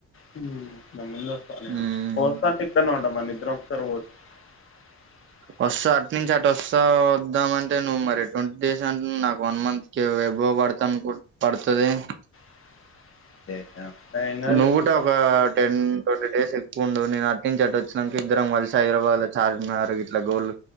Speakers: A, on the left (about 45°); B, on the right (about 40°).
A: హ్మ్ నేను ముందు వస్తా. నేను
B: మ్మ్
A: నువ్వొస్తా అంటే ఇక్కడనే ఉంటా. మనం ఇద్దరం ఒకసారి పోచ్చ. <unintelligible>
B: వస్తా అటు నుంచి అటు వస్తా. వద్దామ అంటే నువ్వు మరి ట్వంటీ డేస్ అంటే నాకు వన్ మంత్ కే ఎబో. ఎక్కువ పడుతది అనుకుంటే పడతదేమో.
A: <unintelligible> కాదులే
B: నువ్వు కూడా
A: చూద్దాం
B: ఒక టెన్ ట్వంటీ డేస్ ఎక్క. ప్పుండు నేను అట్నుంచి అటు వచ్చినాక. ఇద్దరం కలిసి హైదరాబాద్ లో చార్మినార్ ఇట్లా గోల్.